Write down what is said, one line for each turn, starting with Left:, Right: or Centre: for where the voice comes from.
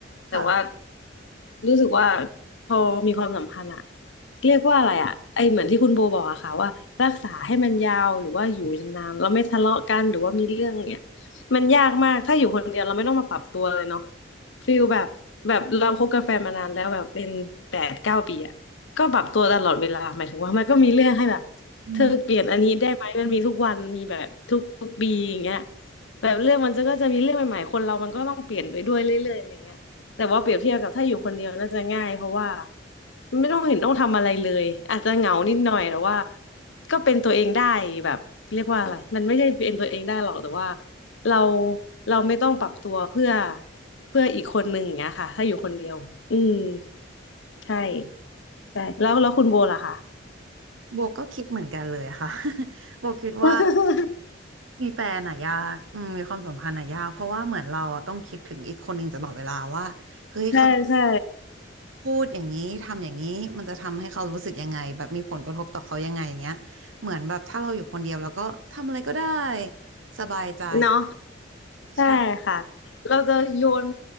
Left: แต่ว่า
Right: ค่ะ
Left: รู้สึกว่าพอมีความสัมพันธ์อะเรียกว่าอะไรอะไอเหมือนที่คุณโบบอกอะค่ะว่ารักษาให้มันยาวหรือว่าอยู่นานๆเราไม่ทะเลาะกันหรือว่ามีเรื่องเนี่ยมันยากมากถ้าอยู่คนเดียวเราไม่ต้องมาปรับตัวเลยเนาะฟีลแบบแบบเราคบกับแฟนมานานแล้วแบบเป็นแปดเก้าปีอะก็ปรับตัวตลอดเวลาหมายถึงว่ามันก็มีเรื่องให้แบบ
Right: อืม
Left: เธอเปลี่ยนอันนี้ได้ไหมมันมีทุกวันมีแบบทุกทุกปีอย่างเงี้ยแบบเรื่องมันจะก็จะมีเรื่องใหม่ๆคนเรามันก็ต้องเปลี่ยนไปด้วยเรื่อยๆอะไรเงี้ยแต่ว่าเปรียบเทียบกับถ้าอยู่คนเดียวน่าจะง่ายเพราะว่าไม่ต้องเห็นต้องทำอะไรเลยอาจจะเหงานิดหน่อยแต่ว่าก็เป็นตัวเองได้แบบเรียกว่าอะไรมันไม่ใช่เป็นตัวเองได้หรอกแต่ว่าเราเราไม่ต้องปรับตัวเพื่อเพื่ออีกคนหนึ่งอย่างเงี้ยค่ะถ้าอยู่คนเดียวอืมใช่ใช่แล้วแล้วคุณโบล่ะคะ
Right: โบก็คิดเหมือนกันเลยค่ะ <laughs> โบคิดว่า
Left: <laughs>
Right: มีแฟนอะยากอืมมีความสัมพันธ์อะยากเพราะว่าเหมือนเราอะต้องคิดถึงอีกคนหนึ่งตลอดเวลาว่าเฮ้ยเขา
Left: ใช่ใช่
Right: พูดอย่างนี้ทำอย่างนี้มันจะทำให้เขารู้สึกยังไงแบบมีผลกระทบต่อเขายังไงอย่างเงี้ยเหมือนแบบถ้าเราอยู่คนเดียวแล้วก็ทำอะไรก็ได้สบายใจ
Left: เนาะใช่ค่ะ
Right: ใช่
Left: เราจะโยน